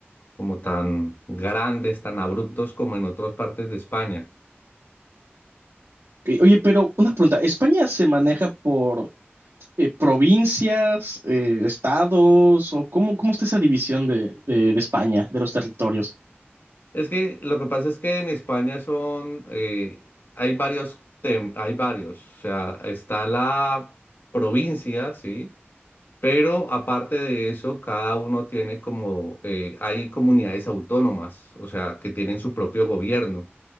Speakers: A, on the left; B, on the right.
A: como tan grandes, tan abruptos como en otras partes de España.
B: Ok, Oye, pero una pregunta, ¿España se maneja por eh, provincias, eh, estados, o cómo, cómo está esa división de, de, de España, de los territorios.
A: Es que lo que pasa es que en España son, eh, hay varios tem- hay varios, o sea, está la provincia, ¿sí? Pero aparte de eso, cada uno tiene como, eh, hay comunidades autónomas, o sea, que tienen su propio gobierno.